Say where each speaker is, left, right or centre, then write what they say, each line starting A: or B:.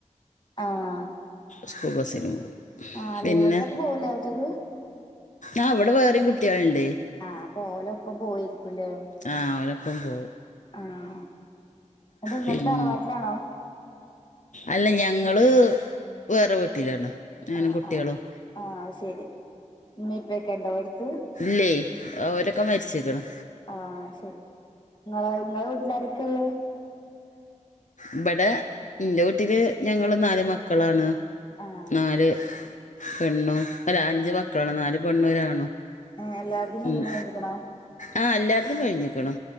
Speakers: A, on the left; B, on the left.
A: ആഹ്
B: സ്കൂൾ ബസിന് പോവും
A: ആഹ് ലൈൻ
B: പിന്നെ
A: ബസിലൊക്കെ പോവൂലേ ഒറ്റക്ക്
B: ആഹ് ഇവടെ വേറിം കുട്ട്യാള്ണ്ടേ
A: ആഹ് അപ്പൊ ഓലോപ്പം പോയിരിക്കൂല്ലേ
B: ആ ഓലൊപ്പം പോവും
A: ആഹ് അത് ഇങ്ങള്
B: പിന്നെ
A: തറവാട്ടിലാണോ?
B: അല്ല ഞങ്ങള് വേറെ വീട്ടിലാണ് ഞാനും
A: ആഹ്
B: കുട്ടികളും
A: ആഹ് ആഹ് ശരി ഇമ്മീം ഇപ്പൊക്കെ ഇണ്ടോ എടുത്ത്?
B: ഇല്ലേ ഓരൊക്കെ മരിച്ച്ക്ക്ണ്
A: ആഹ് ശരി ഇങ്ങള് ഇങ്ങളെ വീട്ടിലാരൊക്കെ ഇള്ളത്?
B: ഇബടെ ഇന്റെ വീട്ടില് ഞങ്ങള് നാല് മക്കളാണ്
A: ആഹ്
B: നാല് പെണ്ണും അല്ല അഞ്ച മക്കളാണ് നാല് പെണ്ണും, ഒരാണും
A: ഏഹ് എല്ലാര്തും കല്യാണം
B: ഉം
A: കഴിഞ്ഞ്ക്ക്ണോ
B: ആഹ് എല്ലാര്ത്തും കഴിഞ്ക്ക്ണ്